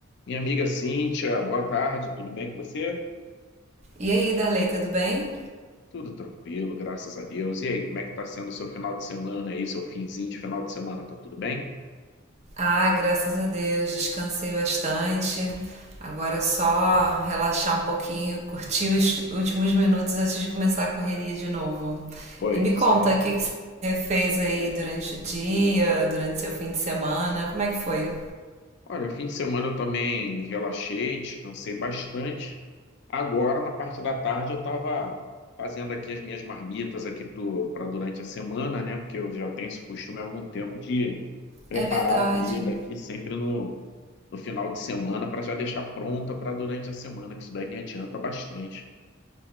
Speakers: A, on the left (about 55°); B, on the right (about 35°).
A: Minha amiga Cíntia, boa tarde, tudo bem com você?
B: E aí, Darley, tudo bem?
A: Tudo tranquilo, graças a Deus. E aí, como é que tá sendo o seu final de semana aí, seu finzinho de final de semana, tá tudo bem?
B: Ah, graças a Deus, descansei bastante. Agora é só relaxar um pouquinho, curtir os últimos minutos antes de começar a correria de novo.
A: Pois
B: E me conta,
A: é.
B: o que que você fez aí durante o dia, durante seu fim de semana? Como é que foi?
A: Olha, o fim de semana eu também relaxei, descansei bastante. Agora, na parte da tarde, eu estava fazendo aqui as minhas marmitas aqui para durante a semana, né? Porque eu já tenho esse costume há algum tempo de preparar
B: É verdade.
A: a comida aqui sempre no, no final de semana para já deixar pronta para durante a semana, que isso daí me adianta bastante.